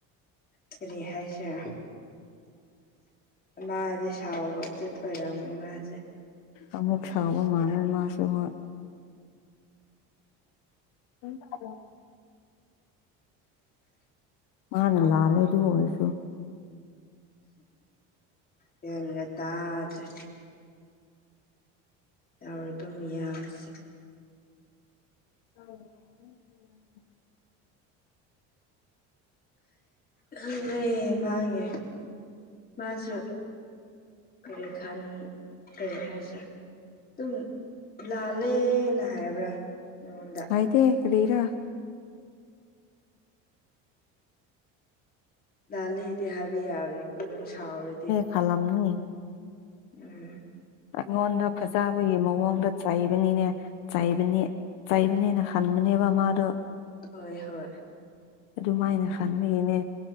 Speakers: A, on the left; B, on the left.
A: ꯀꯔꯤ ꯍꯥꯢꯁꯤꯔ ꯃꯥꯗꯤ ꯁꯕꯕ ꯆ ꯑꯣꯏꯔꯃꯅꯤ ꯃꯥꯁꯦ꯫ <inaudible>
B: ꯑꯃꯨꯛ ꯁꯥꯎꯕ ꯃꯥꯥꯟꯅ ꯃꯥꯁꯨ ꯍꯣꯏ ꯎꯔꯣ <inaudible> ꯃꯥꯅꯦ ꯂꯥꯜꯂꯦ ꯑꯗꯨ ꯑꯣꯏꯔꯁꯨ
A: ꯒꯌꯥꯟꯜ ꯇꯥꯗꯔꯦꯗ ꯌꯥꯎꯔ ꯑꯗꯨ ꯃꯌꯥꯝꯁꯦ꯫
B: ꯑ <unintelligible>
A: ꯈꯪꯗꯔꯦ ꯃꯥꯒꯤ꯫ ꯃꯥꯁꯨ ꯀꯔꯤ ꯈꯥꯟ ꯀꯔꯤ ꯍꯥꯏꯁꯔ ꯑꯗꯨꯝ ꯂꯥꯜꯂꯦꯅ ꯍꯥꯏꯕ꯭ꯔꯥ ꯑꯩꯉꯣꯟꯗ
B: ꯍꯥꯏꯗꯦ ꯀꯔꯤꯔꯥ
A: ꯂꯥꯜꯂꯤꯗꯤ ꯍꯥꯏꯕ ꯌꯥꯕꯅꯤꯀꯣ ꯅꯪ ꯁꯥꯎꯔꯗꯤ
B: ꯈꯥꯜꯂꯝꯅꯤ
A: ꯎꯝ
B: ꯑꯩꯉꯣꯟꯗ ꯐꯖꯕꯒꯤ ꯃꯑꯣꯡꯗ ꯆꯩꯕꯅꯤꯅꯦ ꯆꯩꯕꯅꯤ ꯆꯩꯥꯕꯅꯦꯅ ꯍꯟꯕꯅꯦꯕ ꯃꯥꯗꯣ꯫
A: ꯍꯣꯏ ꯍꯣꯏ
B: ꯑꯗꯨꯃꯥꯏꯅ ꯈꯟꯕꯒꯤꯅꯦ